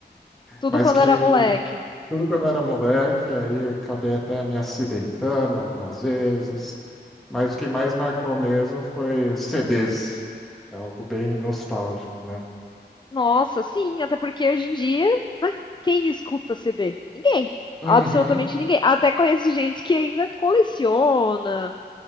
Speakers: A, on the left; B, in the centre.
A: tudo
B: mas
A: quando
B: que
A: era moleque.
B: tudo quando eu era moleque, aí acabei até me acidentando algumas vezes. Mas o que mais marcou mesmo foi os CDs. É algo bem nostálgico, né?
A: Nossa, sim, até porque hoje em dia, quem escuta CD? Ninguém.
B: Uhum.
A: Absolutamente ninguém. Até conheço gente que ainda coleciona,